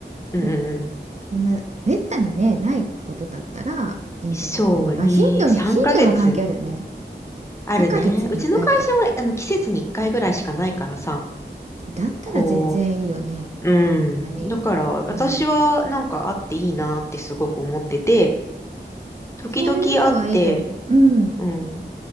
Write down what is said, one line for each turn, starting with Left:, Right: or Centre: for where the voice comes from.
Left: うんうんうん。
Right: でもそんなめったにね、ないことだったらいいんじゃないかな。
Left: そう、
Right: まあ頻度に、
Left: に、3ヶ月
Right: 頻度も関係あるよね。
Left: あるね。
Right: 3ヶ月に1回かいか。
Left: うちの会社は、あの、季節に1回ぐらいしかないからさ、
Right: だったら全然いいよね。
Left: こうん。
Right: 何うん、
Left: だから、私はなんかあっていいなってすごく思ってて、時々会って、
Right: そういうのはいいと思う。うん。
Left: うん、